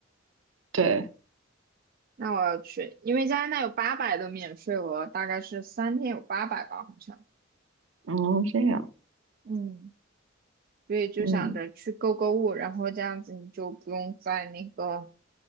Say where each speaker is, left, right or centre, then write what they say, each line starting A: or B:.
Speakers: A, on the right; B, on the right.
A: 对，
B: 那我要去，因为加拿大有八百的免税额，大概是三天有八百吧，好像，
A: 哦，这样，
B: 嗯，所以就想着去购购物，
A: 嗯，
B: 然后这样子你就不用在那个，